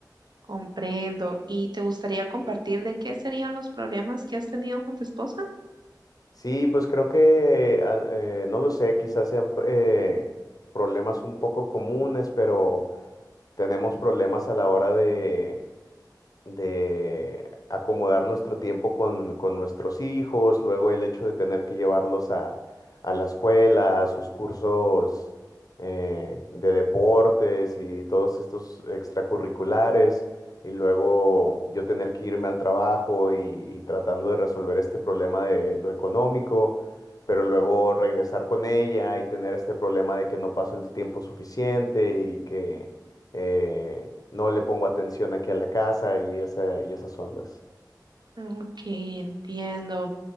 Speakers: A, on the right (about 75°); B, on the left (about 55°).
A: comprendo. ¿Y te gustaría compartir de qué serían los problemas que has tenido con tu esposa?
B: Sí, pues creo que, eh, a- eh, no lo sé, quizás sean eh, problemas un poco comunes, pero tenemos problemas a la hora de, de acomodar nuestro tiempo con, con nuestros hijos, luego el hecho de tener que llevarlos a, a la escuela, a sus cursos eh, de deportes y todos estos extracurriculares, y luego yo tener que irme al trabajo y, y tratando de resolver este problema de lo económico. pero luego regresar con ella y tener este problema de que no paso el tiempo suficiente y que eh, no le pongo atención aquí a la casa y, esa, y esas ondas.
A: Ok, entiendo.